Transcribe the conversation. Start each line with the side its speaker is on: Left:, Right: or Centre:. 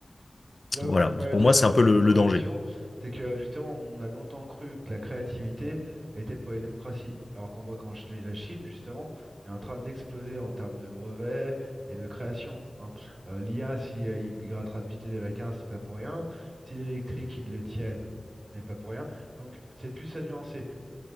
Right: Là
Left: Voilà.
Right: où je me permettrais
Left: Pour moi,
Right: d'apporter
Left: c'est un peu le,
Right: une correction,
Left: le danger.
Right: c'est que justement, on a longtemps cru que la créativité était pour les démocraties, alors qu'on voit qu'en Chi- la Chine, justement, est en train d'exploser en termes de brevets et de création, hein. Euh, l'IA, si euh, il, il rattrape vite les Américains, c'est pas pour rien. Si l'électrique, ils le tiennent, ce n'est pas pour rien. Donc, c'est plus à nuancer.